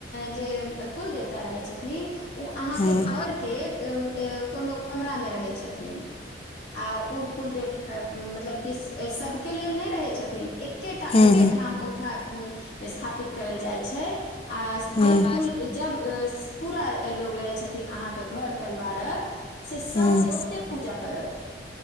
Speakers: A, on the left; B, on the left.
A: जे कुल देवता रहे छथिन उ अहाँ
B: हूँ
A: के घर के कोनो कमरा में रहे छथीन रहै छथिन आ ओ कुलदेवता मतलब कि सब सभ के लेल नहि रहै छथिन एक एके टा
B: हूँ हूँ
A: एकेठाम हुनका स्थापित करल जाई छै आ
B: हूँ
A: जे कुल जब पूरा लोग रहै छथिन अहाँ के घर परिवारक से सभ
B: हूँ
A: ओतै पूजा करत